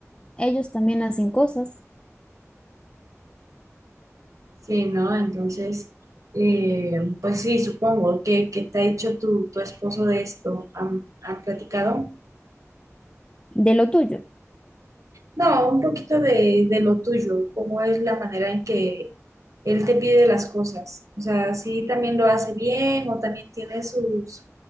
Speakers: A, on the left (about 15°); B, on the right (about 85°).
A: Ellos también hacen cosas
B: ¿sí, no? Entonces, eh, pues sí, supongo. ¿Qué, qué te ha dicho tu, tu esposo de esto? ¿Han, han platicado?
A: de lo tuyo.
B: No, un poquito de, de lo tuyo, cómo es la manera en que él te pide las cosas. O sea, si también lo hace bien o también tiene sus,